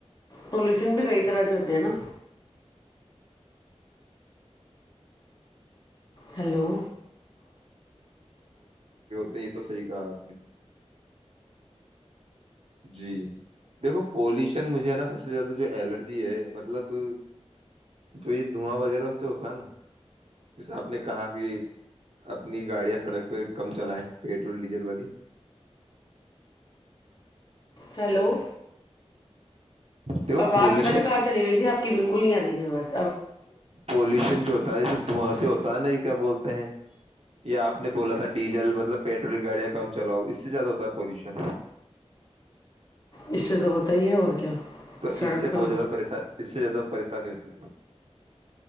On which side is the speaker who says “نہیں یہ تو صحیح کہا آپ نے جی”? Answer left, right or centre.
Right